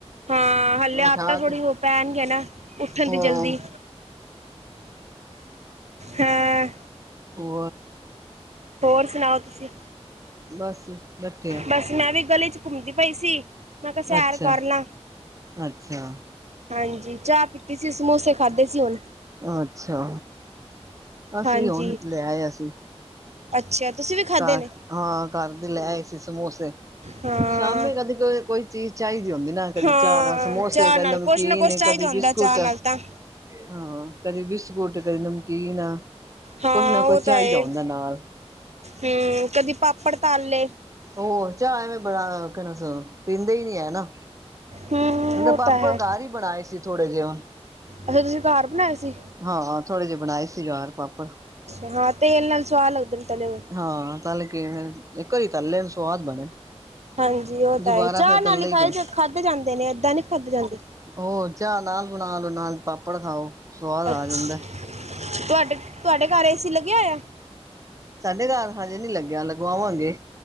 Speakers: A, on the right; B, on the right.
A: ਹਾਂ। ਹ ਹਾਲੇ ਆਦਤਾ
B: ਉਠਾ
A: ਥੋੜੀ
B: ਕੇ
A: ਹੋ ਪੈਣਗੇ ਨਾ ਉੱਠਣ
B: ਉਹ
A: ਦੀ ਜਲਦੀ ਹਾਂ
B: ਹੋ
A: ਹੋਰ ਸੁਣਾਓ ਤੁਸੀਂ
B: ਬਸ ਬੈਠੇ ਆ
A: ਬਸ ਮੈਂ ਵੀ ਗਲੀ ਚ ਘੁੰਮਦੀ ਪਈ ਸੀ ਮੈਂ ਕਿਹਾ ਸੈਰ
B: ਅੱਛਾ।
A: ਕਰ ਲਾਂ
B: ਅੱਛਾ।
A: ਹਾਂਜੀ, ਚਾਹ ਪੀਤੀ ਸੀ, ਸਮੋਸੇ ਖਾਧੇ ਸੀ ਹੁਣ।
B: ਅੱਛਾ, ਅਸੀਂ
A: ਹਾਂਜੀ
B: ਵੀ ਹੁਣ ਲੈਇਆ ਸੀ
A: ਅੱਛਾ, ਤੁਸੀਂ ਵੀ ਖਾਧੇ
B: ਘਰ
A: ਨੇ
B: ਹਾਂ ਘਰ ਦੇ ਲੈ ਆਏ ਸੀ, ਸਮੋਸੇ
A: ਹਾਂ
B: ਸ਼ਾਮੀ ਕਦੇ ਕ ਕੋਈ ਚੀਜ਼ ਚਾਹੀਦੀ ਹੁੰਦੀ ਨਾ ਕਦੇ
A: ਹਾਂ
B: ਚਾਰ ਸਮੋਸੇ
A: ਚਾਹ
B: ਕਦੇ
A: ਨਾਲ
B: ਨਮਕੀਨ
A: ਕੁਛ ਨਾ ਕੁਛ ਚਾਹੀਦਾ
B: ਕਦੇ
A: ਹੁੰਦਾ
B: ਬਿਸਕੁਟ।
A: ਚਾਹ ਨਾਲ ਤਾਂ
B: ਹਾਂ ਕਦੇ ਬਿਸਕੁਟ ਕਦੇ ਨਮਕੀਨ ਆ।
A: ਹਾਂ
B: ਕੁਛ ਨਾ
A: ਉਹ
B: ਕੁਛ
A: ਤਾਂ
B: ਚਾਹੀਦਾ
A: ਏ
B: ਹੁੰਦਾ ਨਾਲ
A: ਹੂੰ ਕਦੀ ਪਾਪੜ ਤਲ ਲਏ।
B: ਹੋਰ ਚਾ ਐਵੇਂ ਬੜਾ ਕਹ ਪੀਂਦੇ ਹੀ ਨੀ ਹੈ ਨਾ।
A: ਹੂੰ
B: ਕਹਿੰਦੇ
A: ਉਹ
B: ਪਾਪੜ
A: ਤਾਂ ਹੈ
B: ਘਰ ਹੀ ਬਣਾਏ ਸੀ ਥੋੜੇ ਜਿਹੇ
A: ਅੱਛਾ ਤੁਸੀਂ ਘਰ ਬਣਾਏ ਸੀ।
B: ਹਾਂ ਥੋੜੇ ਜਿਹੇ ਬਣਾਏ ਸੀ ਘਰ ਪਾਪੜ
A: ਅੱਛਾ ਹਾਂ ਤੇਲ ਨਾਲ ਸਵਾਹ ਲੱਗਦੇ ਨੇ ਤਲੇ
B: ਹਾਂ ਤੱਲ ਕੇ ਇੱਕ ਘਰੇ ਤੱਲੇ ਲਏ ਸਵਾਦ ਬਣੇ
A: ਹਾਂਜੀ ਉਹ
B: ਦੁਬਾਰਾ
A: ਤਾਂ ਹੈ ਚਾਹ
B: ਫਿਰ
A: ਨਾਲ
B: ਤਲੇ
A: ਹੀ ਖਾ
B: ਕੋਣ
A: ਖਾਧ ਜਾਂਦੇ ਨੇ ਏਦਾਂ ਨੀ ਖਾਦੇ ਜਾਂਦੇ
B: ਹੋਰ ਚਾਹ ਨਾਲ ਬਣਾ ਲੋ ਨਾਲ ਪਾਪੜ ਖਾਓ ਸਵਾਦ ਆ
A: ਅੱਛ
B: ਜਾਂਦਾ
A: ਤੁਹਾਡੇ ਤੁਹਾਡੇ ਘਰ ਏ ਸੀ ਲੱਗਿਆ ਆ
B: ਸਾਡੇ ਘਰ ਹਜੇ ਨਹੀਂ ਲੱਗਿਆ ਲਗਵਾਵਾਂਗੇ